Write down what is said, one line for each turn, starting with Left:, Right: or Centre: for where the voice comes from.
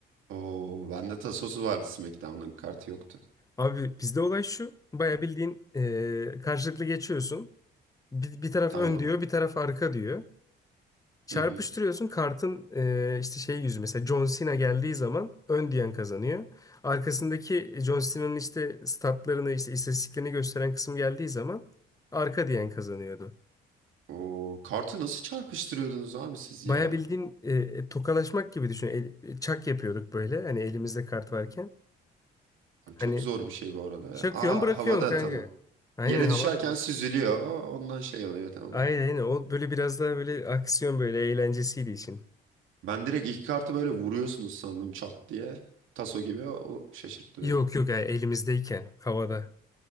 Right: Oo, bende tasosu vardı SmackDown'un kartı yoktu.
Left: Abi bizde olay şu. Baya bildiğin eee, karşılıklı geçiyorsun. Bir, bir taraf
Right: Tamam.
Left: ön diyor, bir taraf arka diyor. Çarpıştırıyorsun.
Right: Hı hı.
Left: Kartın eee, işte şey yüzü. Mesela John Cena geldiği zaman ön diyen kazanıyor. Arkasındaki John Cena'nın işte statlarını, işte istatistiklerini gösteren kısım geldiği zaman arka diyen kazanıyordu.
Right: Oo, kartı nasıl çarpıştırıyordunuz abi siz
Left: Baya
Right: ya?
Left: bildiğin e, e, tokalaşmak gibi düşün. El- e, çak yapıyorduk böyle. Hani elimizde kart varken.
Right: Abi
Left: Hani
Right: Çok zor bir şey bu arada
Left: çakıyorsun
Right: ya. Aa
Left: bırakıyorsun
Right: havada
Left: kanka.
Right: tamam.
Left: Aynen
Right: Yere
Left: havada
Right: düşerken
Left: mı?
Right: süzülüyor. Ondan şey oluyor tamam.
Left: Aynen aynen. O böyle biraz daha böyle aksiyon böyle eğlencesiydi için.
Right: Ben direkt iki kartı böyle vuruyorsunuz sandım çat diye. Taso gibi o şaşırttı
Left: Yok
Right: beni.
Left: yok yani elimizdeyken havada.